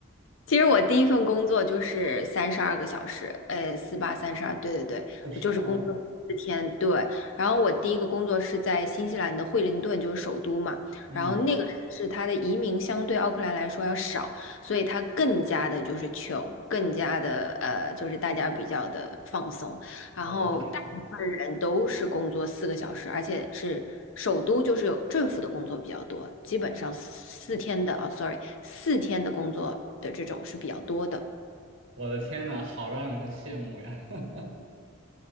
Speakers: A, on the left (about 70°); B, on the right (about 70°).
A: 其实我第一份工作就是三十二个小时，呃，四八三十二，对对对，
B: 哦，是吗？
A: 我就是工作四天，对。然后我第一个工作是在新西兰的惠灵顿，就是首都嘛。
B: 嗯，
A: 然后那个城市它的移民相对奥克兰来说要少，所以它更加的就是 c 更加的呃，就是大家比较的放松。然后大部分人都是工作四个小时，
B: 我的天呐，
A: 而且是首都就是有政府的工作比较多，基本上四天的啊，sorry，四天的工作的这种是比较多的。
B: 我的天呐，好让人羡慕呀。<laughs>